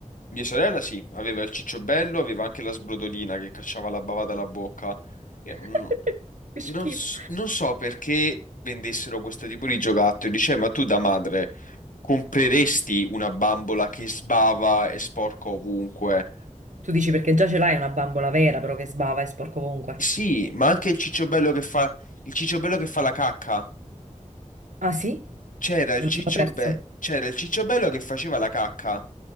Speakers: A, on the left; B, on the right.
A: Mia sorella sì, aveva il ciccio bello, aveva anche la sbrodolina che cacciava la bava dalla bocca.
B: <laughs>
A: Io non,
B: Che schifo.
A: non s- non so perché vendessero questo tipo di giocattoli. Dice, "Eh, ma tu da madre compreresti una bambola che sbava e sporca ovunque?
B: Tu dici perché già ce l'hai una bambola vera, però che sbava e sporco ovunque.
A: Sì, ma anche il cicciobello che fa il cicciobello che fa la cacca.
B: Ah sì?
A: C'era il
B: Me
A: cicciobello
B: lo sono perso.
A: c'era il cicciobello che faceva la cacca.